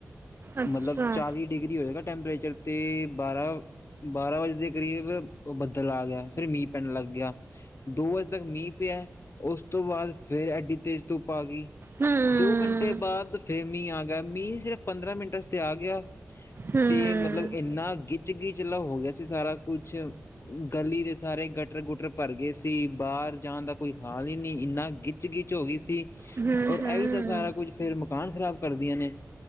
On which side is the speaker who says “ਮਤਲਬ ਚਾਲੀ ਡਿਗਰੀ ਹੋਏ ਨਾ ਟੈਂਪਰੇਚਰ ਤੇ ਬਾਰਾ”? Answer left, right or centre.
Left